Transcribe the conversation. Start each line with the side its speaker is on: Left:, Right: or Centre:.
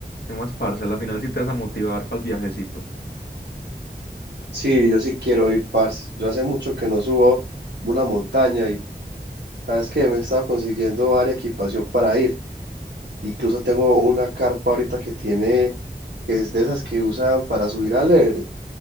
Left: ¿Qué más, parce? A la final sí te vas a motivar para el viajecito.
Right: Sí, yo sí quiero ir, parce. Yo hace mucho que no subo una montaña y sabes que me he estado consiguiendo varia equipación para ir. Incluso tengo una carpa ahorita que tiene, que es de esas que usan para subir al Everest,